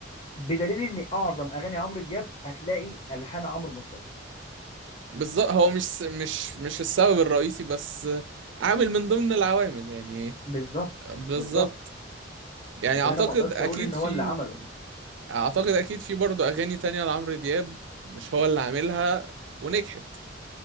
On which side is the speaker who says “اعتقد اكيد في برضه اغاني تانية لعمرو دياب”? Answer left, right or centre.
Right